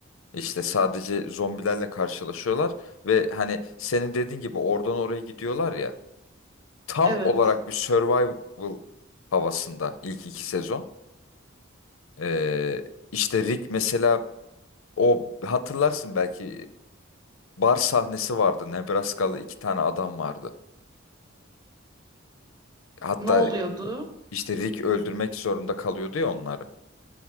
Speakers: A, on the left (about 90°); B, on the right (about 20°).
A: İşte sadece zombilerle karşılaşıyorlar ve hani senin dediğin gibi oradan oraya gidiyorlar ya. Tam
B: Evet.
A: olarak bir survival havasında ilk iki sezon. Ee, işte Rick mesela o hatırlarsın belki e, bar sahnesi vardı. Nebraskalı iki tane adam vardı. Hatta
B: Ne oluyordu?
A: işte Rick öldürmek zorunda kalıyordu ya onları.